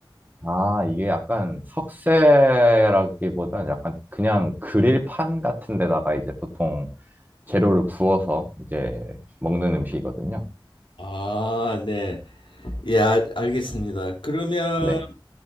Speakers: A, on the right; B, on the left.
A: 아, 이게 약간 석쇠라기보다는 약간 그냥 그릴판 같은 데다가 이제 보통 재료를 구워서 이제 먹는 음식이거든요.
B: 아, 네. 예, 아- 알겠습니다. 그러면
A: 네.